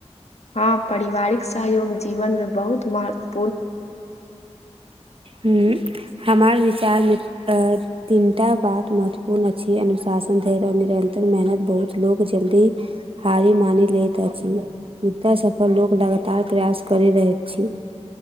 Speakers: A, on the left (about 70°); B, on the right (about 55°).
A: हँ परिवारिक सहयोग जीवनमे बहुत महत्व
B: ह हमार विचार मे त तीनटा बात महत्वपूर्ण अछि अनुशासन धैर्य निरन्तर मेहनत बहुत लो जल्दी हारी मानि लैत अछि मुदा सफल लोग लगातार प्रयास करैत रहैत अछि